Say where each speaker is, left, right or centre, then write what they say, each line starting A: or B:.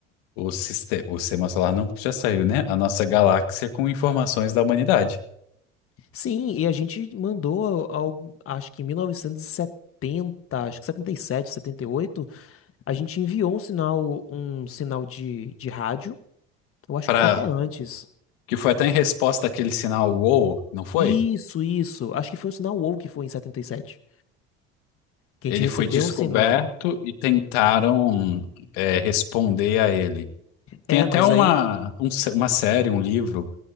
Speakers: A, on the left; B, on the left.
A: o sistema, o sistema solar, não, porque já saiu, né? A nossa galáxia com informações da humanidade.
B: Sim, e a gente mandou, ao, acho que em 1970 acho que setenta setenta e sete setenta e oito a gente enviou um sinal, um sinal de, de rádio, eu acho
A: Pra,
B: que foi até antes.
A: que foi até em resposta àquele sinal WOW, não foi?
B: Isso, isso, acho que foi o sinal WOW que foi em setenta e sete Que
A: Ele
B: a gente recebeu
A: foi descoberto
B: um sinal.
A: e tentaram, é, responder a ele. Tem
B: É,
A: até
B: mas
A: uma,
B: aí.
A: um se- uma série, um livro